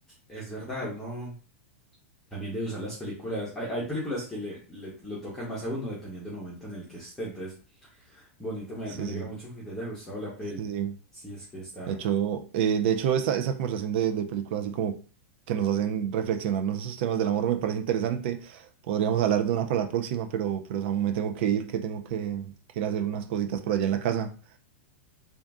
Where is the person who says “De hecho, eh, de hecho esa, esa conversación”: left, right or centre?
Right